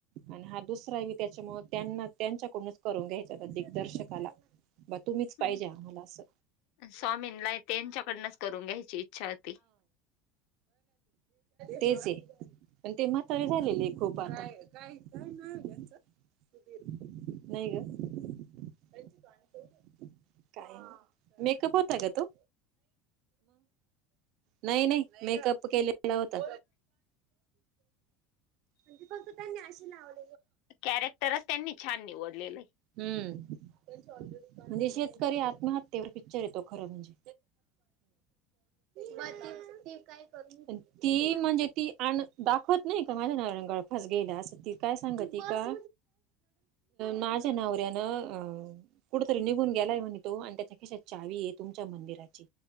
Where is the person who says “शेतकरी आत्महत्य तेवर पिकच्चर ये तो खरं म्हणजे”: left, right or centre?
Right